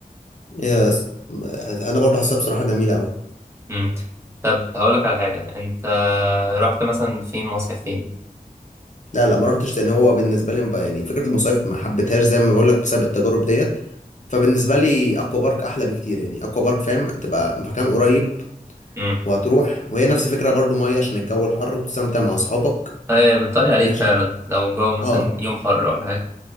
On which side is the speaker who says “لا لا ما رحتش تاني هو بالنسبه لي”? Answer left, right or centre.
Left